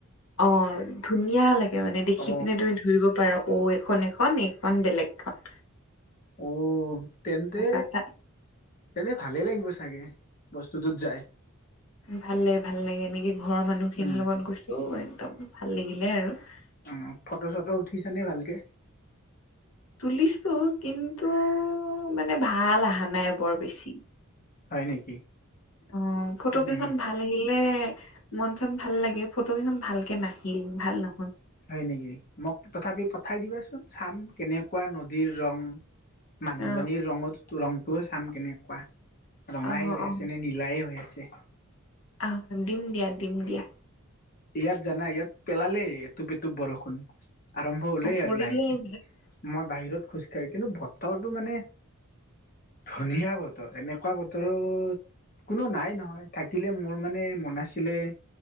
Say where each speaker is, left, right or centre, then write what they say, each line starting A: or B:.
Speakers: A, on the left; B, on the left.
A: অঁ! ধুনীয়া লাগে মানে দেখি
B: অ
A: পিনে তুমি ধৰিব পাৰা <inaudible> অঁ এইখন এখন, এইখন বেলেগখন। <unintelligible>
B: অঁ! তেন্তে!
A: তেনেকুৱা এটা আছে।
B: তেন্তে ভালেই লাগিব চাগে। <inaudible> যায়
A: ভাল লাগে, ভাল লাগে এনেকে ঘৰৰ মানুহখিনিৰ
B: উম
A: লগত গৈছো <unintelligible> অঁ একদম ভাল লাগিলে আৰু। <unintelligible>
B: উম! ফটো-চটো উঠিছানে ভালকে? <unintelligible>
A: তুলিছো কিন্তু মানে ভাল আহা নাই বৰ বেছি। <unintelligible>
B: হয় নেকি?
A: অঁ! ফটো
B: উম,
A: কেইখন ভাল <unintelligible> <unintelligible> লাগিলে মন-চন ভাল লাগে। ফটো কেইখন ভালকে নাহিল ভাল নহল। <unintelligible>
B: হয় নেকি? মোক তথাপি পঠাই দিবাচোন চাম কেনেকুৱা নদীৰ ৰং। <unintelligible> মানুহজনীৰ
A: অ
B: ৰঙত ৰংটো চাম কেনেকুৱা? <unintelligible> ৰঙাই
A: অ
B: হৈ
A: অ
B: আছে নে নীলাই হৈ আছে। <unintelligible>
A: আহ <unintelligible> দিম দিয়া, দিম দিয়া।
B: ইয়াত জানা ইয়াত পেলালেই এটুপ-এটুপ বৰষুণ। <unintelligible> আৰম্ভ হ'লেই
A: অ পৰিলে
B: আৰু লাহেকে। মই বাহিৰত খোজকাঢ়ি <unintelligible> কিন্তু বতাহটো মানে ধুনীয়া বতৰ। এনেকুৱা বতৰত <unintelligible> কোনো নাই নহয় থাকিলে মোৰ মানে মন আছিলে <unintelligible>